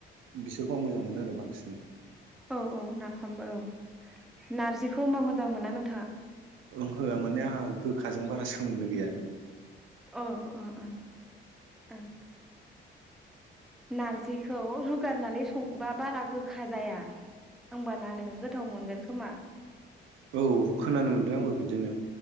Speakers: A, on the right; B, in the centre.
A: बिसोरखौ आं मोजां मोनो आरो बांसिन
B: औ औ नाफामबो औ नारजिखौ होम्बा मो जां मोना नोंथाङा
A: ओंहो माने आंहा गोखाजों बारा सोमोन्दो गैया
B: ओ ओ ओ ओं नारजिखौ रुगारनानै संबा बारा गोखा जाया होमबाना नोङो गोथाव मोनगोन खोमा
A: औ खोनानो मोनदों आंबो बिदिनो